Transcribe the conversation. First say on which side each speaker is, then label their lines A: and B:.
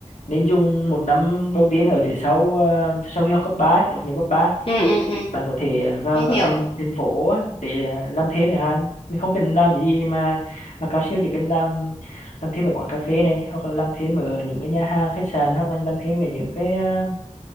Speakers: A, on the left (about 85°); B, on the left (about 45°).
A: nên dùng một năm đầu tiên ở phía sau ờ, sau khi học cấp 3, ấy, tốt nghiệp cấp 3,
B: ừ ừ ừ
A: bạn có thể ờ, vào
B: mình
A: các
B: hiểu
A: thành thành phố á, để ờ, làm thêm chẳng hạn mình không cần làm cái gì mà mà cao siêu chỉ cần làm làm thêm ở quán cà phê này hoặc là làm thêm ở những cái nhà hàng khách sạn hoặc là làm thêm ở những cái ờ,